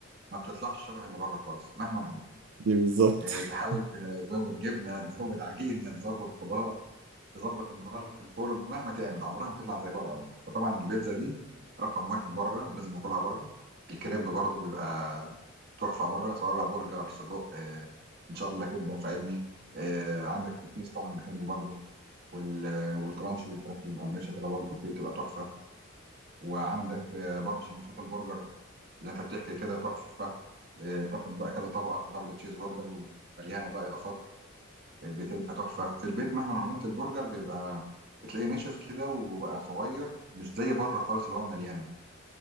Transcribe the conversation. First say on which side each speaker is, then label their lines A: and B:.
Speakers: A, on the right; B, on the right.
A: ما بتطلعش شبه اللي بره خالص مهما عملت
B: دي بالظبط
A: إيه، تحاول
B: <laughs>
A: تزود جبنه تزود عجينه تزود خضار تظبط النار في الفرن مهما تعمل عمرها ما بتطلع زي بره ابدا فطبعا البيتزا دي رقم واحد بره لازم ناكلها بره الكريب برضو بيبقى تحفه بره سواء بقى برجر سجق آه ان شاء الله كبده فاهمني آه عندك سوسيس طبعا بحبه برضو وال والكرانشي الفراخ المقرمشه كده برضو فيه بتبقى تحفه وعندك آه برضو سندوتشات البرجر زي انت بتحكي كده تحفه آه تاخد بقى كذا طبقه دبل تشيز برجر ومليانه بقى اضافات بتبقى تحفة في البيت مهما عملت البرجر بيبقى بتلاقيه نشف كده وبقى صغير مش زي بره خالص اللي هو مليان ده